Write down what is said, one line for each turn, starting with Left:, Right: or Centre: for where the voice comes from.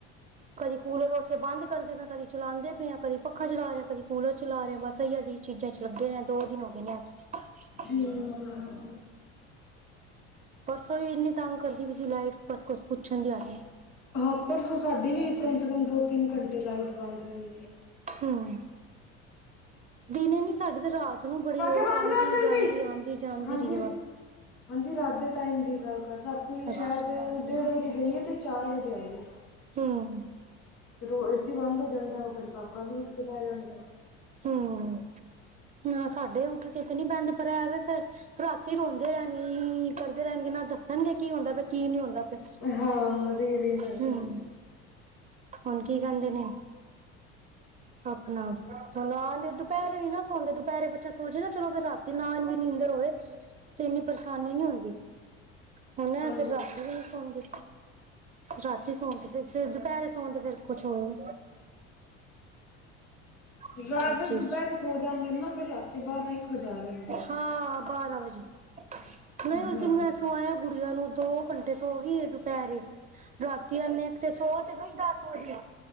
Right: ਕਦੀ ਕੂਲਰ ਉੱਠ ਕੇ ਬੰਦ ਕਰਦੇ ਪਏ ਆ ਕਦੀ ਚਲਾਂਦੇ ਪਏ ਆ ਕਦੀ ਪੱਖਾ ਚਲਾ ਰੇ ਕਦੀ ਕੂਲਰ ਚਲਾ ਰੇ ਆ ਬਸ ਐਇਆ ਅਜੀਬ ਚੀਜ਼ਾ ਚ ਲੱਗੇ ਦੇ ਆ ਦੋ ਦਿਨ ਹੋ ਗਏ ਨੇ ਅੱਜ।
Left: ਹਮ
Right: ਪਰਸੋ ਵੀ ਇੰਨੀ ਤਗ ਕਰਦੀ ਪੀ ਸੀ ਲਾਈਟ ਬਸ ਕੁੱਛ ਪੁੱਛਨ ਦੀ ਹੱਦ ਨੀ।
Left: ਹਾਂ ਪਰਸੋ ਸਾਡੀ ਵੀ ਕਮ ਸੇ ਕਮ ਦੋ ਤਿੰਨ ਘੰਟੇ ਲਾਈਟ ਬੰਦ ਰਈ ਏ।
Right: ਹੂੰ ਦਿਨੇ ਨੀ ਸਾਡੇ ਤੇ ਰਾਤ ਤ ਨੂੰ ਬੜੀ
Left: ਕਾਕੇ
Right: ਓ
Left: ਬੰਦ
Right: ਆਂਦੀ
Left: ਕਰ ਜਲਦੀ
Right: ਜਾਂਦੀ ਆਂਦੀ ਜਾਂਦੀ
Left: ਹਾਂਜੀ।
Right: ਰੀ ਐ ਬਸ।
Left: ਹਾਂਜੀ ਰਾਤ ਦੇ ਟਾਈਮ ਦੀ ਗੱਲ ਕਰਦਾ ਰਾਤੀ ਸ਼ਾਇਦ
Right: ਅੱਛਾ
Left: ਡੇਢ ਵਜੇ ਗਈ ਏ ਤੇ ਚਾਰ ਵਜੇ ਆਈ ਏ
Right: ਹੂੰ
Left: ਫੇਰ ਓ ਏਸੀ ਬੰਦ ਹੋ ਜਾਂਦਾ ਏ ਓ ਫੇਰ ਕਾ ਕਾ ਵੀ ਉੱਠ ਕੇ ਬੈ ਜਾਂਦਾ ਏ।
Right: ਹੂੰ ਨਾ ਸਾਡੇ ਉੱਠ ਕੇ ਤੇ ਨੀ ਬੇਂਦਾ ਪਰ ਐ ਵੇ ਫੇਰ ਰਾਤੀ ਰੋਂਦੇ ਰੇਂਗੇ ਈ ਕਰਦੇ ਰੈਨਗੇ ਨਾ ਦੱਸਨਗੇ ਕੀ ਹੁੰਦਾ ਪਆ ਕੀ ਨੀ ਹੁੰਦਾ ਪਆ।
Left: ਹਾਂ ਰੀ ਰੀ ਕਰਦਾ
Right: ਹੂੰ
Left: ਹਾਂ
Right: ਹੁਨ ਕੀ ਕੇਂਦੇ ਨੇ? ਅਪਨਾ ਆਨ ਗੇ ਦੁਪੇਰੇ ਨੀ ਨਾ ਸੌਦੇ ਦੁਪੇਰੇ ਬੱਚੇ ਸੋ ਜੇ ਨਾ ਚਲੋ ਫੇਰ ਰਾਤੀ ਨਾ ਆਂਦੀ ਨੀਂਦਰ ਹੋਵੇ ਤੇ ਇੰਨੀ ਪਰੇਸ਼ਾਨੀ ਨੀ ਹੁੰਦੀ।
Left: ਹਾਂਜੀ।
Right: ਹੁਨ ਏ ਫਿਰ ਰਾਤੀ ਵੀ ਨੀ ਸੋਂਗੇ। ਰਾਤੀ ਸੌਨ ਤੇ ਫਿਰ ਫੇ ਦੁਪੇਰੇ ਸੋਨ ਤੇ ਫਿਰ ਕੁਛ ਹੋਏ।
Left: ਜਯਾਤਰ
Right: ਨੀ।
Left: ਦੁਪੇਰੇ ਸੋ ਜਾਂਦੇ ਨੇ ਨਾ ਫੇਰ ਰਾਤੀ ਬਾਰਾ ਇੱਕ ਵਜਾ ਦਿੰਦੇ।
Right: ਹਾਂ ਬਾਰਾ ਵਜੇ ਨਈ ਉਸ
Left: ਹਾਂ
Right: ਦਿਨ ਮੈਂ ਸਵਾਇਆ ਗੁੜੀਆਂ ਨੂੰ ਦੋ ਘੰਟੇ। ਤੇ ਸੋ ਗਈ ਏ ਦੁਪੇਰੇ ਰਾਤੀ ਐਨੇ ਇੱਕ ਤੇ ਸੌ ਤੇ ਗਈ ਦਸ ਵਜੇ।